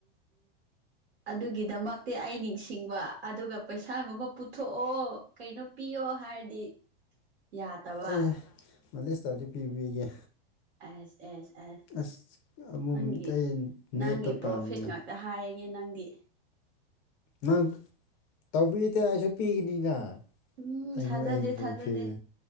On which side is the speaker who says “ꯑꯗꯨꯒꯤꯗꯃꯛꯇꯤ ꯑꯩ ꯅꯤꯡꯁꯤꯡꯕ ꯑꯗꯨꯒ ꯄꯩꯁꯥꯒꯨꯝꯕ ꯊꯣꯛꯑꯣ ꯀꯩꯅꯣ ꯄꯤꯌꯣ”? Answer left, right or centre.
Right